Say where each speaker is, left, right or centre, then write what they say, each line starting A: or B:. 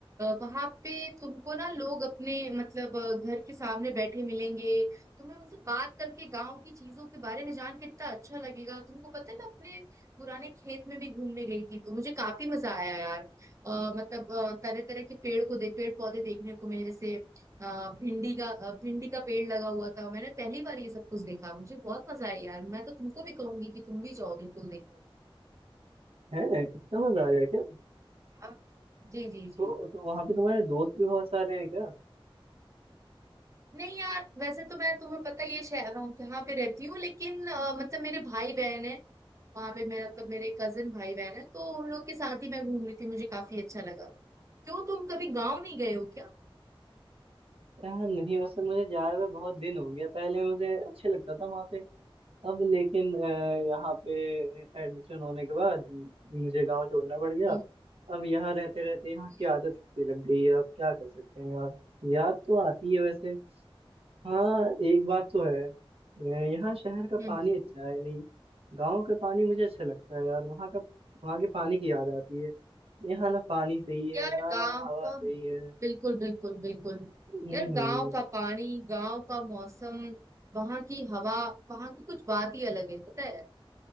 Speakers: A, on the right (about 35°); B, on the right (about 80°).
A: वहां पे तुमको ना लोग अपने मतलब अ, घर के सामने बैठे मिलेंगे तुम्हें उनसे बात करके गांव की चीजों के बारे में जान के इतना अच्छा लगेगा तुमको पता है मैं अपने पुराने खेत में भी घूमने गई थी तो मुझे काफी मजा आया यार अ, मतलब तरह तरह के पेड़ को देख पेड़ पौधे देखने को मिले जैसे आ, भिंडी का अ, भिंडी का पेड़ लगा हुआ था मैंने पहली बार ये सब कुछ देखा मुझे बहुत मजा आया यार मैं तो तुमको भी कहूंगी कि तुम भी जाओ बिल्कुल देखो
B: है इतना मजा आ गया क्या
A: हाँ, जी जी
B: तो,
A: जी
B: तो वहाँ पे तुम्हारे दोस्त भी बहुत सारे हैं क्या
A: नहीं यार वैसे तो मैं तुम्हें पता ही है शहर हूँ, यहाँ पे रहती हूँ लेकिन अ, मतलब मेरे भाई बहन है वहां पे मेरा मतलब मेरे कजिन भाई बहन है तो उन लोग के साथ ही मैं घूम रही थी मुझे काफी अच्छा लगा क्यों तुम कभी गाँव नहीं गए हो क्या
B: अह, नहीं वैसे मुझे जाए हुए बहुत दिन हो गया पहले मुझे अच्छे लगता था वहाँ पे अब लेकिन अ, यहाँ पे एडमिशन होने के बाद मुझे गांव छोड़ना पड़ गया
A: हम्म
B: अब यहाँ रहते रहते यहाँ
A: हम्म
B: की आदत सी लग गई है अब क्या कर सकते हैं यार याद तो आती है वैसे हाँ एक बात तो है अ, यहाँ शहर का पानी
A: हम्म,
B: अच्छा है नहीं गांव का पानी मुझे अच्छा लगता है यार वहाँ का वहाँ के पानी की याद आती है यहाँ ना पानी सही है
A: यार
B: ना
A: गांव
B: हवा
A: का
B: सही है
A: बिल्कुल बिल्कुल बिल्कुल
B: हम्म
A: यार
B: हम्म
A: गांव का पानी गांव का मौसम वहां की हवा वहां की कुछ बात ही अलग है पता है